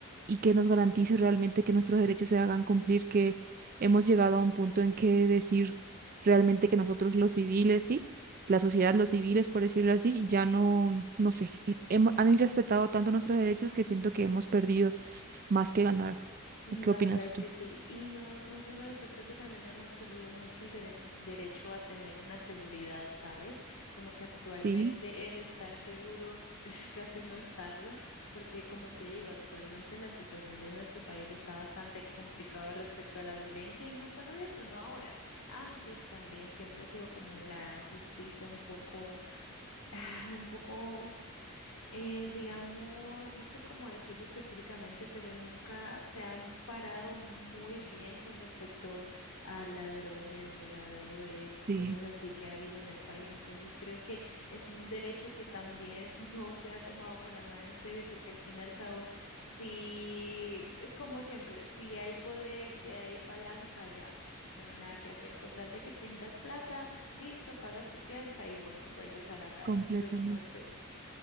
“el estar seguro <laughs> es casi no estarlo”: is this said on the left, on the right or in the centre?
Left